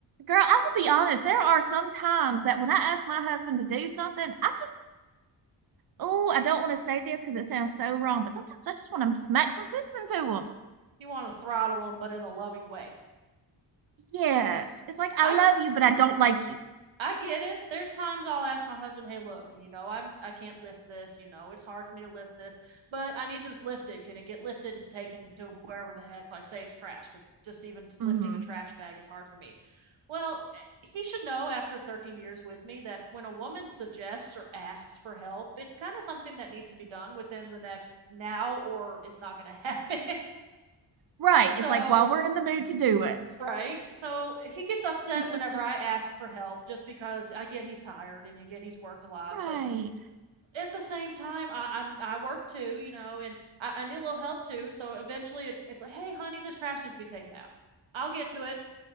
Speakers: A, on the right (about 50°); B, on the right (about 80°).
A: Girl, I will be honest. There are some times that when I ask my husband to do something, I just, oh, I don't want to say this because it sounds so wrong, but sometimes I just want to smack some sense into him.
B: You want to throttle them, but in a loving way.
A: Yes. It's like, I
B: I
A: love you, but I don't like you.
B: I get it. There's times I'll ask my husband, "Hey, look, you know, I'm I can't lift this. You know, it's hard for me to lift this, but I need to just lift it. Can it get lifted and taken to wherever the heck? Like, say it's trash, because just even
A: hmm
B: lifting a trash bag is hard for me." Well, eh, he should know after 13 years with me that when a woman suggests or asks for help, it's kind of something that needs to be done within the next now or it's not going to happen.
A: Right.
B: <laughs> so
A: It's like, while we're in the mood to do it.
B: Right. So he gets upset
A: <laughs>
B: whenever I ask for help just because I get he's tired and you get he's worked a lot.
A: Right.
B: But at the same time, I, I'm I work too, you know, and I, I need a little help too. So eventually it, it's like, hey, honey, this trash needs to be taken out. I'll get to it.